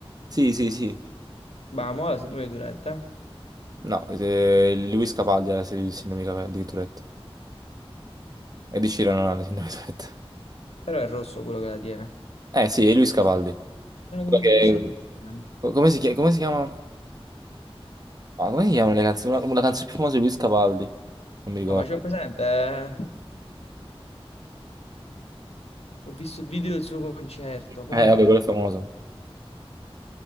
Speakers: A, on the right; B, on the left.
A: Sì, sì, sì.
B: Ma mo la sindrome di Tourette, eh?
A: No, eh, Luis Capaldi era il sindaco di Cap- di Tourette. Ed Sheeran non ha la sindrome di Tourette.
B: Però è rosso quello che la tiene.
A: Eh sì, è Luis Capaldi.
B: Ero
A: Quello
B: convinto
A: che-
B: fosse Ed Sheeran.
A: Come si chiama? Come si chiama? Ah, come si chiamano le canzoni? Una, una canzone più famosa di Luis Capaldi. Non mi ricordo.
B: No, ma c'è presente? eh, Ho visto il video del suo concerto,
A: Eh,
B: com'era?
A: vabbè, quello è
B: È
A: famoso.